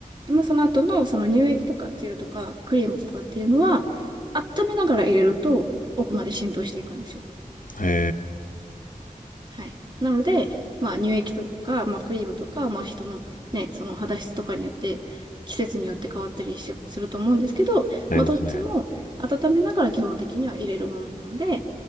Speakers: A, on the right; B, on the left.
A: でもその後のその乳液とかジェルとかクリームとかっていうのは、温めながら入れると奥まで浸透していくんですよ。
B: へ
A: はい。なので、まあ乳液とか、まあクリームとか、まあ人のね、その肌質とかによって、季節によって変わったりしすると思うんですけど、
B: ー、なりますね。
A: まあどっちも温めながら基本的には入れるものなので、